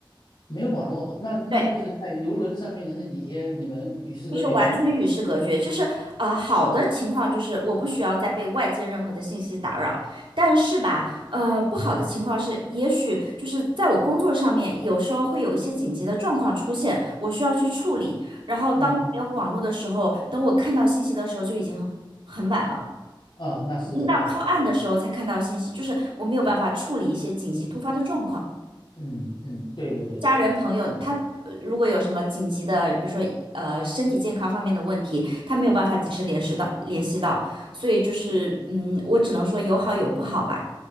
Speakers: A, on the left; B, on the right.
A: 没有网络，那那就是在游轮上面的那几天，
B: 对，
A: 你们与世隔绝。
B: 就是完全与世隔绝。就是呃，好的情况就是我不需要再被外界任何的信息打扰，但是吧，呃，不好的情况是，也许就是在我工作上面，有时候会有一些紧急的状况出现，我需要去处理。然后当我没有网络的时候，
A: 嗯，
B: 等我看到信息的时候，就已经很很晚了，
A: 啊，那是的，
B: 已经到靠岸的时候才看到信息，
A: 那是的
B: 就是我没有办法处理一些紧急突发的状况。
A: 嗯嗯，对对对对
B: 家人朋友，他呃如果有什么紧急的，比如说呃身体健康方面的问题，他没有办法及时联系到联系到，所以就是嗯，我只能说有好有不好吧。